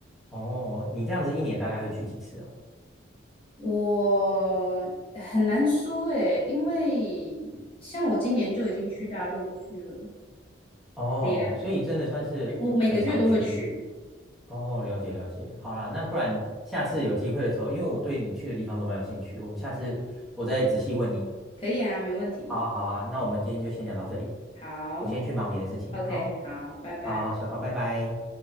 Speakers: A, in the centre; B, on the left.
A: 哦，你这样子一年大概会去几次啊？
B: 我很难说诶，因为像我今年就已经去大陆去了，
A: 哦，
B: 也
A: 所以真的算是很常去。
B: 就我每个月都会去，
A: 哦，了解了解。好啦，那不然下次有机会的时候，因为我对你去的地方都蛮有兴趣，我们下次我再仔细问你。
B: 可以啊，没问题。
A: 好啊，好啊，那我们今天就先聊到这里，
B: 好
A: 我先去忙别的事情。
B: ，OK，
A: 好，
B: 好，拜拜。
A: 好，小高，拜拜。